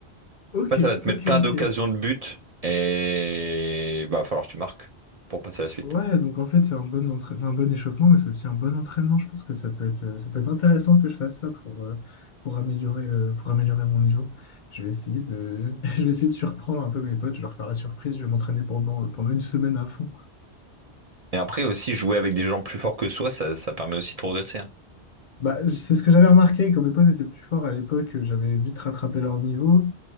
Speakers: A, on the left (about 55°); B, on the right (about 45°).
A: Ok,
B: Après, ça va te
A: ok,
B: mettre plein
A: ok.
B: d'occasions de but et bah, va falloir que tu marques pour passer à la suite.
A: Ouais, donc en fait, c'est un bon entra- c'est un bon échauffement, mais c'est aussi un bon entraînement. Je pense que ça peut être, euh, ça peut être intéressant que je fasse ça pour, euh, pour améliorer, euh, pour améliorer mon niveau. Je vais essayer de, <laughs> je vais essayer de surprendre un peu mes potes, je vais leur faire la surprise, je vais m'entraîner pendant, euh, pendant une semaine à fond.
B: Et après aussi, jouer avec des gens plus forts que soi, ça, ça permet aussi de progresser. hein.
A: Bah, c'est ce que j'avais remarqué, quand mes potes étaient plus forts à l'époque, euh, j'avais vite rattrapé leur niveau.